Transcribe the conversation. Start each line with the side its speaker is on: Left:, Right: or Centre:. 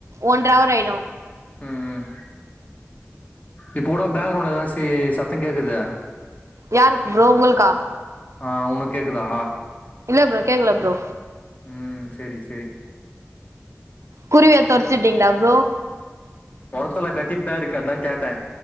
Right: ஒன்ற அவர் ஆயிடு
Left: ம் இப்பகூட பேக்ரவுண்ட்ல ஏதாச்சி சத்தக் கேக்குது
Right: யாருக்கு ப்ரோ உங்களுக்கா
Left: ஆ உனக் கேக்குதா
Right: இல்ல ப்ரோ கேக்கல ப்ரோ
Left: ம் செரி செரி
Right: குருவிய தொறத்திட்டீங்ளா ப்ரோ
Left: தொரத்தல கத்திட்டுதா இருக்கு அத கேட்டே